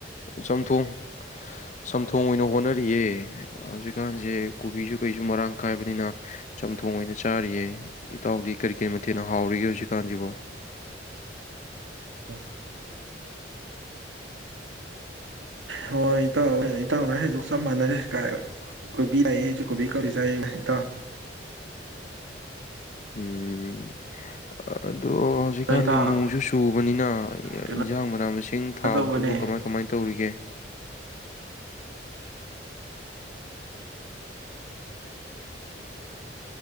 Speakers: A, on the left (about 40°); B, on the right (about 85°).
A: ꯆꯝꯊꯣꯡ ꯆꯝꯊꯣꯡ ꯑꯣꯏꯅ ꯍꯣꯠꯅꯔꯤꯌꯦ ꯍꯧꯖꯤꯛꯀꯥꯟꯁꯦ ꯀꯣꯕꯤꯁꯨ ꯀꯩꯁꯨ ꯃꯔꯥꯡ ꯀꯥꯏꯕꯅꯤꯅ ꯆꯝꯊꯣꯡ ꯑꯣꯏꯅ ꯆꯥꯔꯤꯌꯦ ꯏꯇꯥꯎꯗꯤ ꯀꯔꯤ ꯀꯔꯤ ꯃꯊꯦꯜꯅ ꯍꯥꯎꯔꯤꯒꯦ ꯍꯧꯖꯤꯛꯀꯥꯟꯁꯤꯕꯣ
B: ꯑꯝ ꯍꯣꯏ ꯏꯇꯥꯎ ꯏꯇꯥꯎꯅ ꯍꯥꯏꯗꯨꯒ ꯆꯞ ꯃꯥꯟꯅꯔꯦ ꯀꯥꯏ ꯀꯣꯏꯕꯤ ꯂꯩꯌꯦ ꯀꯣꯕꯤ ꯈꯔ꯭ꯗꯤ ꯆꯥꯏꯌ‌ꯦ ꯏꯇꯥꯎ
A: ꯎꯝ ꯑꯗꯣ ꯍꯧꯖꯤꯛꯀꯥꯟ
B: ꯏꯇꯥꯎ
A: ꯅꯣꯡꯁꯨ ꯆꯨꯕꯅꯤꯅ
B: ꯀꯩꯅꯣ
A: ꯏꯟꯁꯥꯡ ꯃꯅꯥ ꯃꯁꯤꯡ ꯊꯥꯕꯗꯨꯕꯨ
B: ꯇꯧꯕꯅꯦ
A: ꯀꯃꯥꯏ ꯀꯃꯥꯏꯅ ꯇꯧꯔꯤꯒꯦ